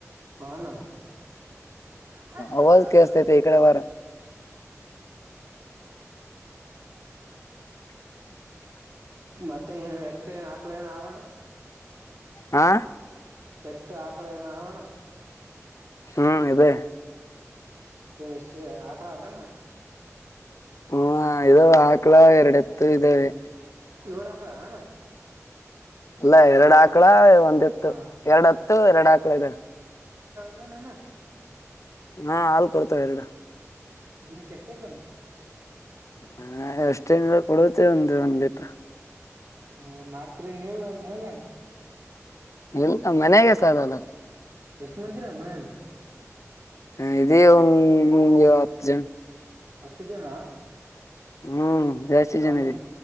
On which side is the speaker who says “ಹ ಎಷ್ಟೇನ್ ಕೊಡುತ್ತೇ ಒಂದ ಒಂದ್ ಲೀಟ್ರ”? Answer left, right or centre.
Left